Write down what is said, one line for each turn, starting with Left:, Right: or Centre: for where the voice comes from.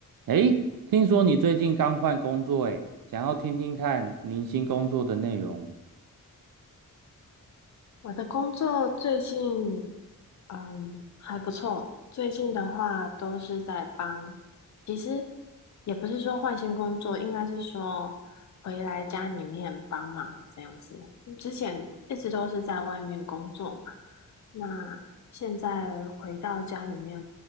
Right: 诶，听说你最近刚换工作，诶，想要听听看您新工作的内容。
Left: 我的工作最近，嗯，还不错。最近的话都是在帮，其实也不是说换新工作，应该是说回来家里面帮忙这样子。嗯之前一直都是在外面工作嘛，那现在回到家里面